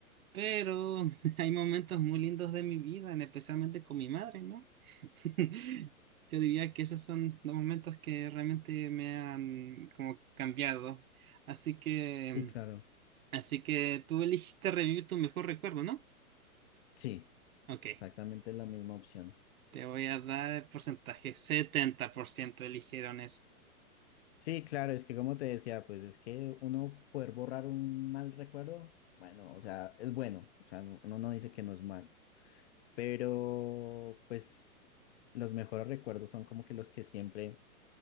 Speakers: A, on the right; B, on the left.
A: pero <laughs> hay momentos muy lindos de mi vida, en- especialmente con mi madre, ¿no? <laughs> Yo diría que esos son los momentos que realmente me han como cambiado. Así que,
B: Sí, claro.
A: así que tú elegiste revivir tu mejor recuerdo, ¿no?
B: Sí,
A: Ok.
B: exactamente la misma opción.
A: Te voy a dar el porcentaje. setenta por ciento eligieron eso.
B: Sí, claro, es que como te decía, pues es que uno poder borrar un mal recuerdo, bueno, o sea, es bueno, o sea, no- uno no dice que no es mal pero pues los mejores recuerdos son como que los que siempre